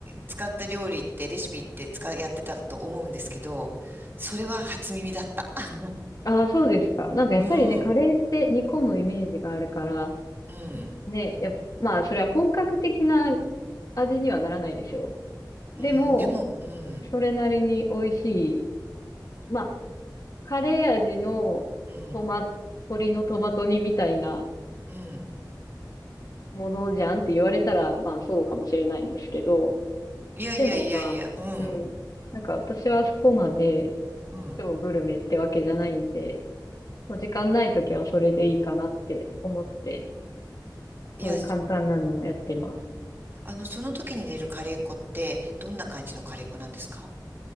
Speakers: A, on the right; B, on the left.
A: 使った料理って、レシピって使い、やってたと思うんですけど、それは初耳だった。<laughs>
B: ああ、そうですか。なんかやっぱりね、
A: うん、
B: カレーって煮込むイメージがあるから、
A: うん、うん、
B: ね、やっ、まあ、それは本格的な味にはならないでしょ
A: うん、
B: う。でも、
A: でも、うん、
B: それなりに美味しい。まあ、カレー味のトマ、
A: うん、
B: 鶏のトマト煮みたいな
A: うん。
B: ものじゃんって言われたら、まあ、そうかもしれないんですけど、
A: いやいやいやいや、
B: でもまあ、
A: うん、
B: うん。なんか私はそこまで
A: うん。
B: 超グルメってわけじゃないんで、もう時間ないときはそれでいいかなって思って
A: いや、
B: そういう簡単なのをやってます。
A: あの、その時に出るカレー粉って、どんな感じのカレー粉なんですか